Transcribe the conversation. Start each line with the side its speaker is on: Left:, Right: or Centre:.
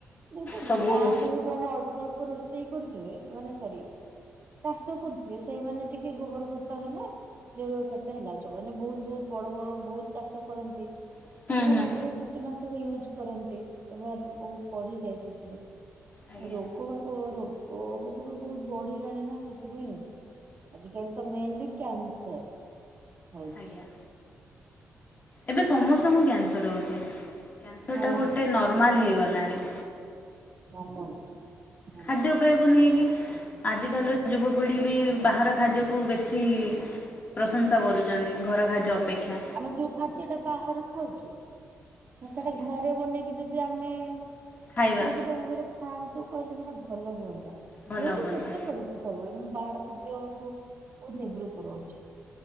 Right: ଯେମିତି
Left: ସବୁ
Right: ଗାଁ
Left: ହୁଁ
Right: ଗହଳି ଯୋଉମାନେ ଅଳ୍ପ ଅଳ୍ପ ରୋଷେଇ କରୁଥିବେ ଏମାନେ ସରି ଚାଷ କରୁଥିବେ ସେଇମାନେ ଟିକେ ଗୋବର ଖତ ହେଲେ ଜୈବକ ଖତ ହେଲା ଯୋଉମାନେ ବହୁତ୍ ବହୁତ୍ ବଡ ବଡ ବହୁତ୍ ଚାଷ କରନ୍ତି।
Left: ହୁଁ।
Right: ସେମାନେ ଅଧିକା କୀଟନାଶକ ୟୁଜ କରନ୍ତି ବ୍ୟବହାର ବହୁତ୍ ବଢିଯାଏ ସେଥିରେ।
Left: ଆଜ୍ଞା
Right: ରୋଗ ବାଗ ରୋଗ ଭୋଗ ବି ବହୁତ ବଢିଲାଣି ନା ସେଥିପାଇଁ। ଆଜି କାଲି ତ ମେନଲି କ୍ୟାନସର ହଉଛି।
Left: ଆଜ୍ଞା ଏବେ ସମସ୍ତଙ୍କୁ କ୍ୟାନସର ହେଉଛି କ୍ୟାନସରଟା
Right: ହଁ
Left: ଗୋଟେ ନର୍ମାଲ୍ ହେଇଗଲାଣି।
Right: କମନ। ହଁ
Left: ଖାଦ୍ୟ ପେୟ କୁ ନେଇକି ଆଜିକାଲିର ଯୁବପିଢ଼ି ବି ବାହାର ଖାଦ୍ୟକୁ ବେଶୀ ପ୍ରଶଂସା କରୁଛନ୍ତି ଘରଖାଦ୍ୟ ଅପେକ୍ଷା।
Right: ଆମେ ଯୋଉ ଖାଦ୍ୟ ଟା ବାହାରୁ ଖାଉଛୁ ସେଇଟା
Left: ଆଜ୍ଞା।
Right: ଘରେ ବନେଇକି ଯଦି ଆମେ ସୁରକ୍ଷିତ
Left: ଖାଇବା
Right: ଭାବରେ ଖାଆନ୍ତୁ କହିଲେ ସେଟା ଭଲ ହୁଅନ୍ତା
Left: ଭଲ
Right: ମୁଁ ବି
Left: ହୁଅନ୍ତା
Right: ଚେଷ୍ଟା କରୁଛି। ସବୁବେଳେ ମୁଁ ବାହାର ଖାଦ୍ୟଠୁ ବହୁତ୍ ନିବୃତ୍ତ ରହୁଛି।